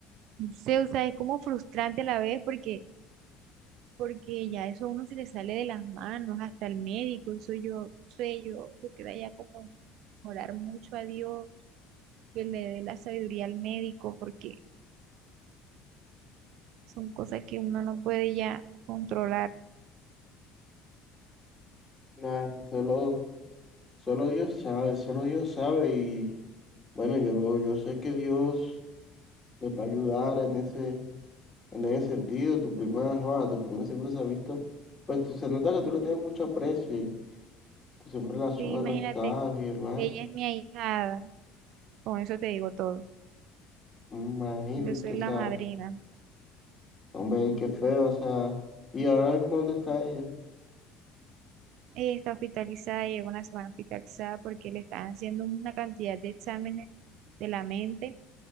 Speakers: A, on the right (about 60°); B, on the left (about 20°).
A: no sé, o sea, es como frustrante a la vez porque, porque ya eso a uno se le sale de las manos, hasta el médico, eso yo, no sé, yo, eso queda ya como orar mucho a Dios, que le dé la sabiduría al médico, porque son cosas que uno no puede ya controlar.
B: Nah, solo, solo Dios sabe, solo Dios sabe y bueno, yo, yo sé que Dios les va a ayudar en ese, en ese sentido. Tu prima, joda, tu prima siempre se ha visto, pues tú, se nota que tú le tienes mucho aprecio y tú siempre la subes
A: Sí, imagínate,
B: a los estados y demás.
A: ella es mi ahijada, con eso te digo todo.
B: Imagínate,
A: Yo soy
B: o
A: la
B: sea,
A: madrina.
B: hombre, qué feo, o sea, y ahora mismo ¿dónde está ella?
A: Ella está hospitalizada, lleva una semana hospitalizada porque le están haciendo una cantidad de exámenes de la mente